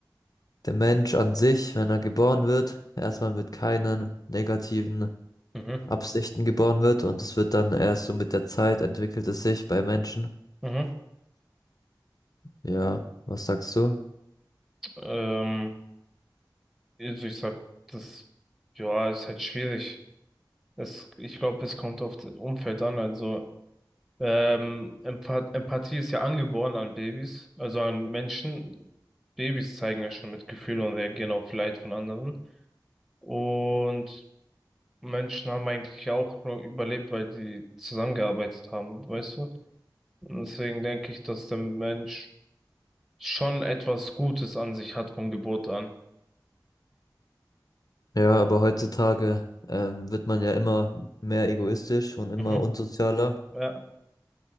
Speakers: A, on the left; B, in the centre.
A: der Mensch an sich, wenn er geboren wird, erstmal mit keinen negativen
B: mhm,
A: Absichten geboren wird und es wird dann erst so mit der Zeit entwickelt es sich bei Menschen.
B: mhm.
A: Ja, was sagst du?
B: Ähm, also ich sag, das, ja, ist halt schwierig. Es, ich glaube, es kommt auf das Umfeld an. Also ähm, Empath Empathie ist ja angeboren an Babys, also an Menschen. Babys zeigen ja schon Mitgefühl und reagieren auf Leid von anderen. Und Menschen haben eigentlich ja auch nur überlebt, weil die zusammengearbeitet haben, weißt du? Und deswegen denke ich, dass der Mensch schon etwas Gutes an sich hat von Geburt an.
A: Ja, aber heutzutage ähm, wird man ja immer mehr egoistisch und immer
B: Mhm.
A: unsozialer.
B: Ja.